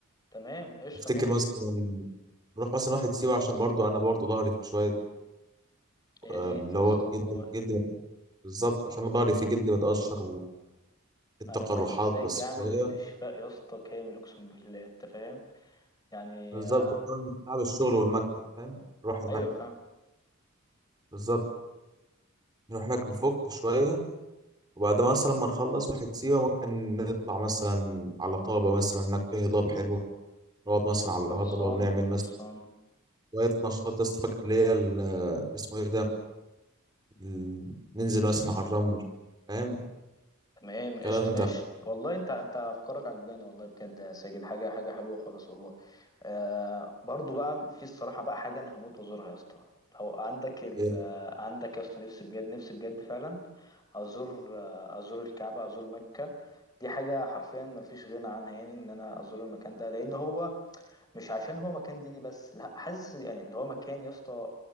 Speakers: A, on the left (about 20°); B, on the right (about 20°).
A: تمام قشطة
B: تفتكر
A: ماشي
B: مثلا نروح مثلا واحد سيوه عشان برضو انا برضو ظهري فيه شويه
A: يا
B: آه،
A: ريت
B: اللي
A: يا
B: هو
A: اسطى والله
B: جلد جلد بالظبط عشان أنا ظهري فيه جلد متقشر والتقرحات
A: انا محتاج
B: بس
A: اعمل
B: شويه
A: استشفاء يا اسطى كامل اقسم بالله انت فاهم يعني
B: بالظبط
A: آه،
B: وكمان تعب الشغل والمكتب فاهم نروح هناك
A: ايوه فاهم
B: بالظبط نروح هناك نفك شويه وبعد ما مثلا ما نخلص واحد سيوه ممكن نطلع مثلا على طابه مثلا هناك فيه هضاب حلوه نقعد مثلا على الهضبه
A: خلصان
B: ونعمل
A: خلصان
B: مثلا شويه نشاطات يا اسطى فاكر اللي هي ال- اسمه ايه ده ال- ننزل مثلا على الرمل فاهم
A: تمام
B: الكلام
A: قشطة ماشي
B: ده
A: والله انت انت افكارك عجباني والله بجد يا ساجد حاجة حاجة حلوة خالص والله آه برضو بقى في الصراحة بقى حاجة انا هموت وازورها يا اسطى لو عندك ال
B: إيه،
A: آه، عندك يا اسطى نفسي بجد نفسي بجد فعلا ازور آه، ازور الكعبة ازور مكة دي حاجة حرفيا ما فيش غنى عنها يعني ان انا ازور المكان ده لان هو مش عشان هو مكان ديني بس لا حاسس يعني ان هو مكان يا اسطى آه،